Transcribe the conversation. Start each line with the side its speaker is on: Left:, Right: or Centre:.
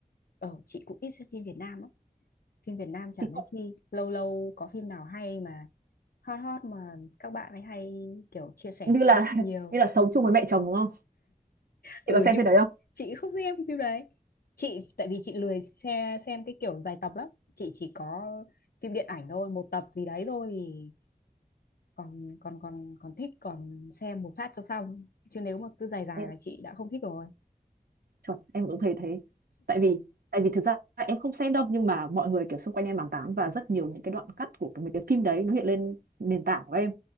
Left: ờ chị cũng ít xem phim Việt Nam á phim Việt Nam chả
Right: Thì
Left: mấy
Right: cũng
Left: khi lâu lâu có phim nào hay mà hot hot mà các bạn ấy hay kiểu chia sẻ
Right: như
Left: trên
Right: là
Left: mạng nhiều
Right: <laughs> như là sống chung với mẹ chồng đúng không?
Left: ừ
Right: Chị có xem
Left: nhưng
Right: phim đấy
Left: mà
Right: không?
Left: chị không xem phim đấy chị tại vì chị lười xem xem cái kiểu dài tập lắm chị chỉ có phim điện ảnh thôi một tập gì đấy thôi thì còn còn còn còn thích còn xem một phát cho xong chứ nếu mà cứ dài dài
Right: Em
Left: là chị đã không thích rồi
Right: chuẩn, em cũng thấy thế. Tại vì tại vì thực ra em không xem đâu nhưng mà mọi người kiểu xung quanh em bàn tán và rất nhiều những cái đoạn cắt của cái- mấy cái phim đấy nó hiện lên nền tảng của em